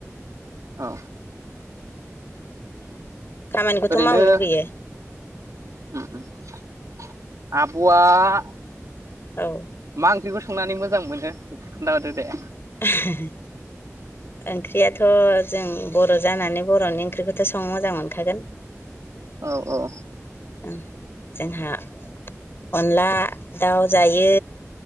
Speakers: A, on the right (about 85°); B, on the left (about 45°).
A: औ।
B: खामानिखौथ'
A: ओरैनो।
B: मावनो लुगैयो
A: आब'आ।
B: औ।
A: मा ओंख्रिखौ संनानै मोजां मोनो खोन्थाहरादो दे?
B: होहो ओंख्रियाथ' जों बर' जानानै बर'नि ओंख्रिखौथ' संनो मोजां मोनखागोन।
A: औ औ।
B: ओ जोंहा। अनला दाउ जायो